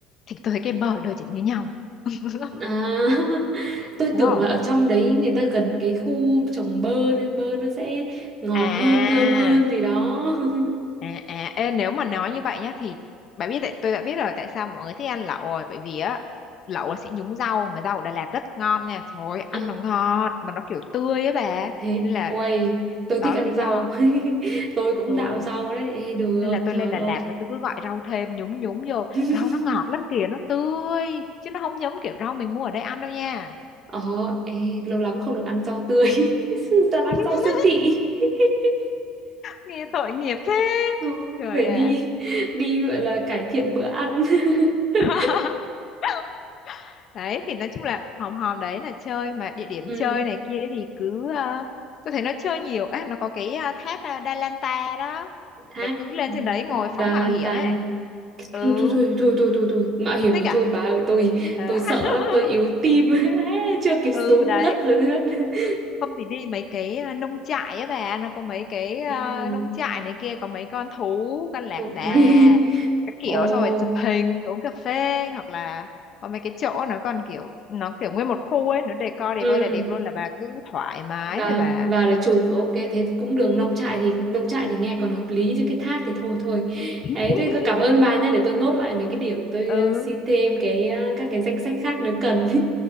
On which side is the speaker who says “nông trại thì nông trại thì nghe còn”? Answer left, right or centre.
Right